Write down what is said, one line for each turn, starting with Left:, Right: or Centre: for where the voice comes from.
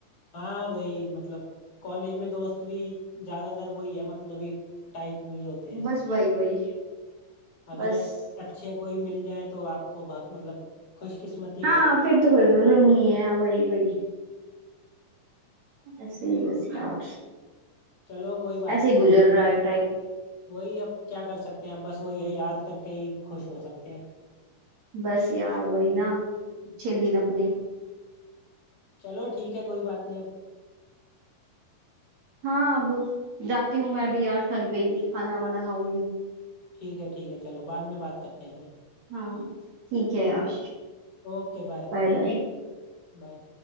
Left: हाँ वही मतलब कॉलेज में दोस्त भी ज्यादातर वही है मतलब ही टाइप वही होते हैं
Right: बस वही वही
Left: अगर
Right: बस
Left: अ- अच्छे कोई मिल जाए तो आपको बहुत मतलब खुशकिस्मती
Right: हाँ
Left: हो
Right: फिर तो कोई प्रॉब्लम नहीं है हाँ वही वही ऐसे ही बस यार
Left: चलो कोई बात
Right: ऐसे ही गुजर रहा है टाइम
Left: वही अब क्या कर सकते हैं अब बस वही है याद करके ही खुश हो सकते हैं
Right: बस यार वही ना अच्छे दिन अपने
Left: चलो ठीक है कोई बात नहीं अब
Right: हाँ अब जाती हूँ मैं भी यार थक गई कुछ खाना वाना खाऊंगी
Left: ठीक है ठीक है चलो बाद में बात करते हैं फिर
Right: हाँ ठीक है यार
Left: Okay bye
Right: Bye bye
Left: बाय